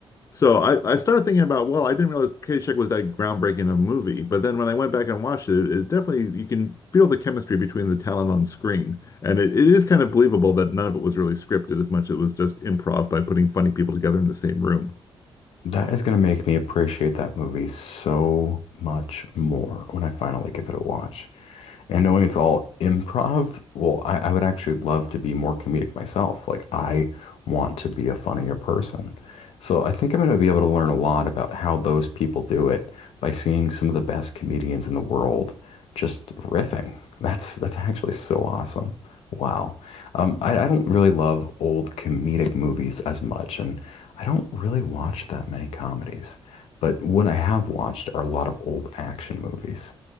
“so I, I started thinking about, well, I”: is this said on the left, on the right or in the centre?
Left